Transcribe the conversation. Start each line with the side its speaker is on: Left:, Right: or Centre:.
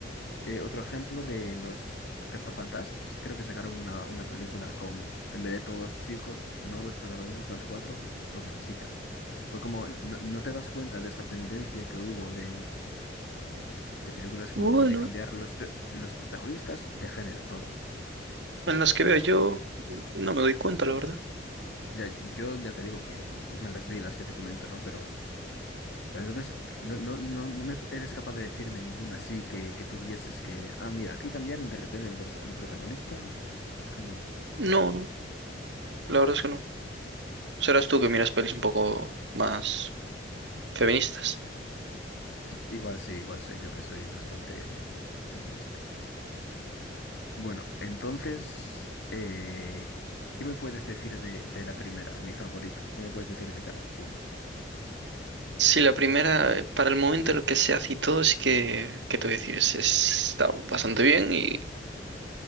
Left: eh, otro ejemplo de los cazafantasmas. Creo que sacaron una, una película con, en vez de todos chicos, no, los protagonistas, los cuatro, todas chicas. Fue como, no, no te das cuenta de esa tendencia que hubo de, de películas con,
Right: bueno,
Left: de cambiar los, pe- los protagonistas de género, todos.
Right: en las que veo yo no me doy cuenta, la verdad.
Left: Ya, yo ya te digo que me las vi, las que te comento, ¿no? Pero Pero entonces, no, no, no, no me pu- eres capaz de decirme ninguna así que, que tuvieses que, ah, mira, aquí cambiaron de repente el, pers- el protagonista de género.
Right: No, no, la verdad es que no. Serás tú que miras pelis un poco más feministas.
Left: Igual sí, igual soy yo que soy bastante feminista. Bueno, entonces, eh, ¿qué me puedes decir de, de la primera, mi favorita? ¿Qué me puedes decir de Cars uno
Right: Sí, la primera, eh, para el momento en el que se hace y todo, sí que, ¿qué te voy a decir? Es, es- está bastante bien y